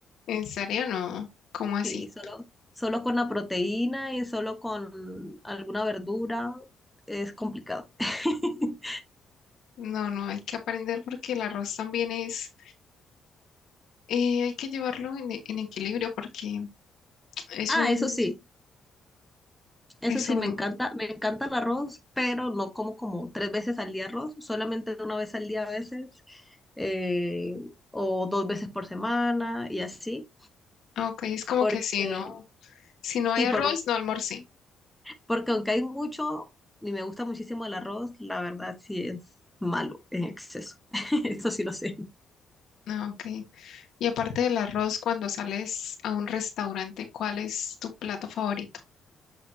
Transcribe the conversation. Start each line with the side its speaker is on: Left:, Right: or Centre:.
Left: ¿en serio no? ¿Cómo así?
Centre: Sí, solo, solo con la proteína y solo con alguna verdura es complicado. <laughs>
Left: No, no, hay que aprender porque el arroz también es, eh, hay que llevarlo en, e- en equilibrio porque es
Centre: Ah,
Left: un,
Centre: eso sí, eso
Left: es
Centre: sí,
Left: un,
Centre: me encanta, me encanta el arroz, pero no como como tres veces al día arroz, solamente una vez al día a veces, eh, o dos veces por semana y así.
Left: ah, ok, es como
Centre: Porque,
Left: que si no, si no
Centre: sí,
Left: hay arroz,
Centre: por-
Left: no almorcé.
Centre: porque aunque hay mucho y me gusta muchísimo el arroz, la verdad sí es malo en exceso. <laughs> Eso sí lo sé.
Left: Ah, ok. Y aparte del arroz, cuando sales a un restaurante, ¿cuál es tu plato favorito?